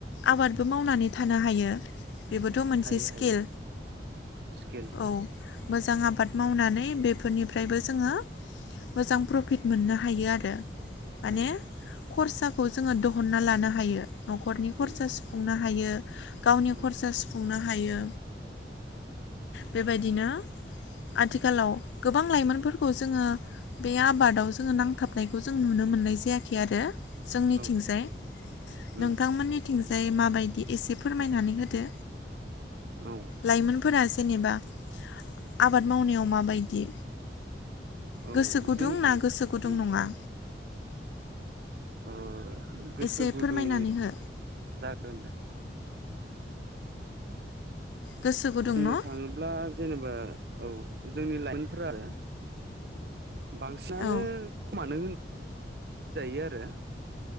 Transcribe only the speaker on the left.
आबादबो मावनानै थानो हायो। बेबोथ' मोनसे
स्किल
औ मोजां आबाद मावनानै बेफोरनिफ्रायबो जोङो मोजां प्रफिट मोननो हायो आरो। माने
खरसाखौ जोङो दहनना लानो हायो। न'खरनि खरसा
सुफुंनो हायो गावनि
खरसा सुफुंनो हा हायो बेबायदिनो आथिखालाव गोबां लाइमोनफोरखौ जोङो बे आबादाव जोङो नांथाबनायखौ जों नुनो मोननाय जायाखै आरो। जोंनिथिंजाय
नोंथांमोननि
थिंजाय माबायदि एसे फोरमायनानै होदो।
लाइमोनफोरा जेनेबा। आबाद मावनायाव माबायदि।
गोसो गुदुं
ना गोसो गुदुं
नङा?
एसे
फोरमायनानै हो
गोसो गुदुं
न'
औ